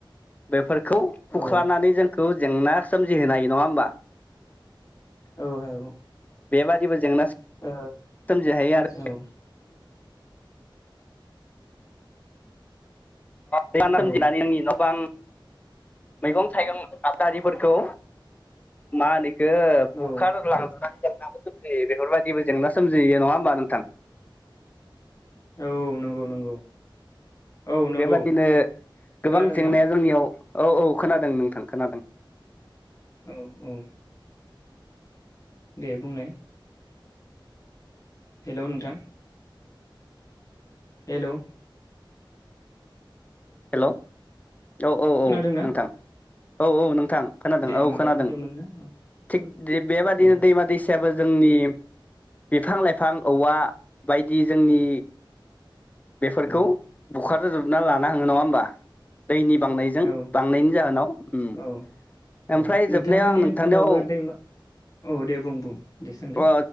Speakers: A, on the left; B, on the left.
A: बेफोर खौ खुख्लानानै
B: औ
A: जों <unintelligible> जेंना सोमजिहोनो हायो नङा होमबा?
B: औ औ
A: बेबादिबो जेंना
B: ओ
A: सोमजिहायो आरो
B: औ
A: <unintelligible> न'
B: औ
A: बांं मैगं थाइगं आबादारिफोरखौ मा होनो <unintelligible> बुखार
B: औ
A: लांजायो जेंनाबो सोमजियो बेफोरबायदिबो जेंना सोमजियो नङा होमबा नोंथां
B: औ नंगौ नंगौ औ नंगौ
A: बेबादिनो गोबां
B: खोनादोंना
A: जेंनाया जोंनियाव औ औ खोनादों नोंथां खोनादों
B: औ औ दे बुंनाय हेलौ नोंथां हेलौ
A: हेलौ औ औ
B: खोनादोंना
A: औ नोंथां औ औ नोंथां खोनादों
B: दे
A: औ
B: माबा
A: खोनादों
B: बुंदोंमोन ना औ
A: थिग बेबादिनो
B: औ
A: दैमा दैसा जायाबो जोंनि बिफां लाइफां औवा बायदि जोंनि बेफोरखौ
B: औ औ
A: बुखार रोजोबना लाना थाङो नङा होमबा दैनि बांनायजों
B: औ
A: बांनायनि जाहोनाव ओम
B: औ औ
A: ओमफ्राय
B: नोंथांमोननि
A: जोबनायाव आं नोंथांनियाव
B: ओनसोलावबो दैमा औ दे बुं बुं दे सोंलाय
A: ओ